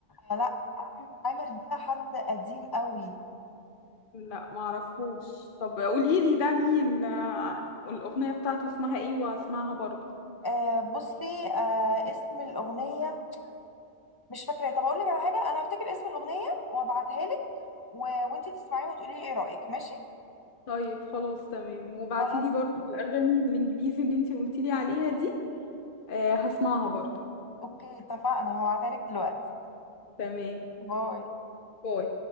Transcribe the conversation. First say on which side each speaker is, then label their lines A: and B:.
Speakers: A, on the left; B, on the left.
A: آه لا عامر ده حد قديم قوي
B: لا ما اعرفهوش طب قولي لي ده مين آه، الاغنيه بتاعته اسمها ايه وهسمعها برضه
A: آه بصي آه اسم الأغنية مش فاكرة طب أقول لك على حاجة أنا هفتكر اسم الأغنية وأبعتها لك و... وأنتي تسمعيه وتقولي لي إيه رأيك ماشي؟
B: طيب خلاص تمام وبعتي
A: خلاص
B: لي برضه الاغاني الانجليزي اللي انت قلتي لي عليها دي آه، هسمعها برضه
A: أوكي اتفقنا هبعتها لك دلوقتي
B: تمام
A: باي
B: باي